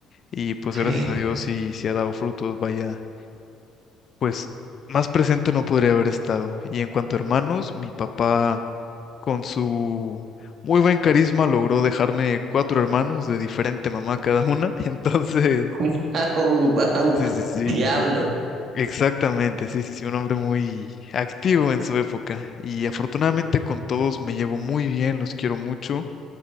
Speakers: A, on the left; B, on the right.
A: y pues
B: Sí.
A: gracias a Dios sí, sí ha dado frutos, vaya, pues más presente no podría haber estado. Y en cuanto a hermanos, mi papá con su muy buen carisma logró dejarme cuatro hermanos de diferente mamá cada una, <laughs> entonces,
B: <laughs> Wow, wow.
A: sí, sí, sí.
B: Diablo.
A: Exactamente, sí, sí, sí, un hombre muy activo en su época y afortunadamente con todos me llevo muy bien, los quiero mucho.